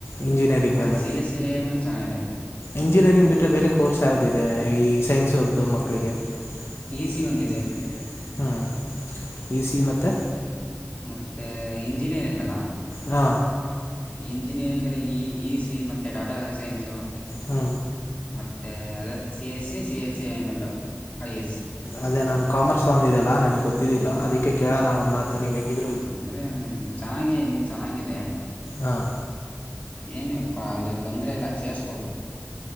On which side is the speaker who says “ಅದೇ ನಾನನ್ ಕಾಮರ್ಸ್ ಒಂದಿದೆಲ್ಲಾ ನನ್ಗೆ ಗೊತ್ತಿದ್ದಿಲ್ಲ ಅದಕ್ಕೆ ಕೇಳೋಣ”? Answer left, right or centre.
Left